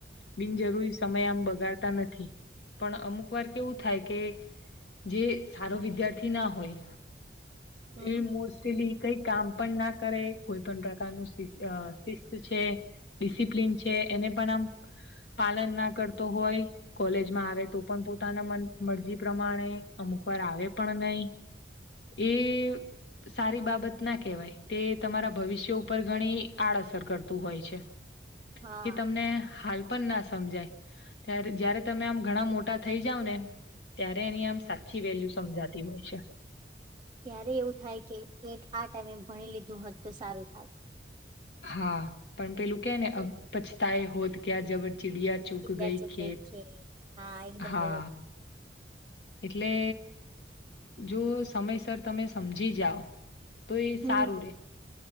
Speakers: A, on the left; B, on the right.
A: બિનજરૂરી સમય આમ બગાડતા નથી પણ અમુક વાર કેવું થાય કે જે હારો વિદ્યાર્થી ના હોય
B: હમ
A: એ મોસ્ટલી કઈ કામ પણ ના કરે કોઈ પણ પ્રકારનું અ શિસ્ત છે. ડિસિપ્લન છે, એને પણ આમ પાલન ના કરતો હોય કોલેજમાં આવે તો પણ પોતાના મન મરજી પ્રમાણે અમુક વાર આવે પણ નય એ સારી બાબત ના કહેવાય તે તમારા ભવિષ્ય ઉપર ઘણી આડઅસર કરતું હોય છે‌.
B: હા
A: એ તમને હાલ પન ના સમજાય ત્યારે જયારે તમે આમ ઘણા મોટા થઈ જાઓ ને ત્યારે એની આમ સાચી વેલ્યુ સમજાતી હોય છે.
B: ત્યારે એવું થાય કે એક આ ટાઈમે ભણી લીધું હોત તો સારું થાત
A: હા પણ પેલું કે ને
B: હમ
A: અબ પછતા એ હોત કયા જબ ચિડિયા ચુગ ગઈ
B: યાદ
A: ખેત
B: છે હા એકદમ
A: હા
B: બરોબર
A: એટલે જો સમયસર તમે સમજી જાઓ તો એ
B: હમ
A: સારું રે